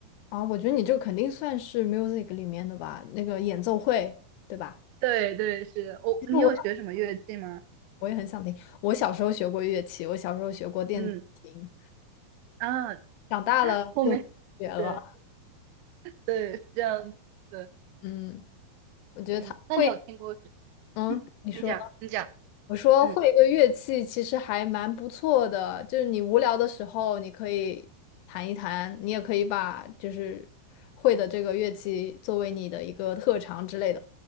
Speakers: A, on the left; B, on the right.
A: 啊，我觉得你这个肯定算是 music 里面的吧，那个演奏会，对吧？
B: 对对，是我、
A: 其实我
B: 你有学什么乐器吗？
A: 我也很想听，我小时候学过乐器，我小时候学过电子琴，
B: 嗯啊，
A: 长大了就不学了。
B: 后面对对是这样子，
A: 嗯，我觉得他会，
B: 嗯，那你有听过？
A: 嗯，
B: 嗯，
A: 你说，
B: 你讲，你讲，
A: 我说会一个乐器其实还蛮不错的，
B: 嗯，
A: 就是你无聊的时候你可以弹一弹，你也可以把就是会的这个乐器作为你的一个特长之类的。